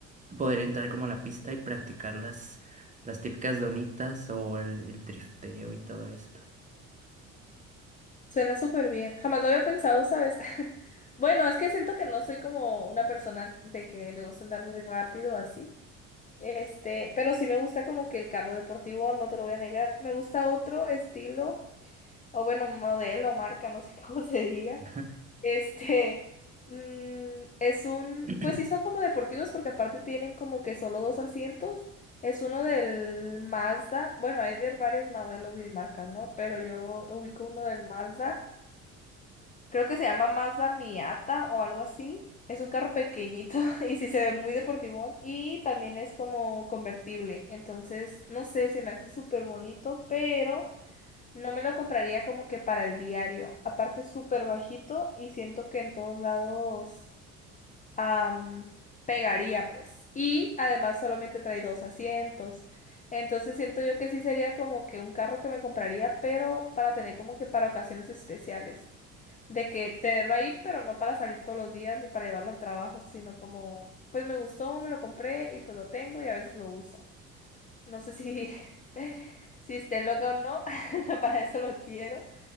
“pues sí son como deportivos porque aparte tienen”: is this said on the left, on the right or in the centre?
Left